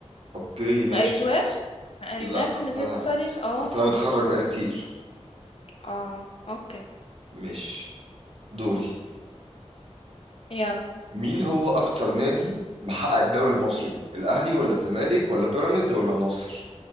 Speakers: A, on the right; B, on the left.
A: اوكي ماشي
B: ما قريتوهاش احنا قريناها
A: لا
B: في
A: اصل
B: مادة
A: انا
B: التاريخ اه
A: اصل انا متخرج بقالي كتير
B: اه اوكي
A: ماشي دوري
B: يلا
A: مين هو اكتر نادي محقق الدوري المصري الاهلي ولا الزمالك ولا بيراميدز ولا النصر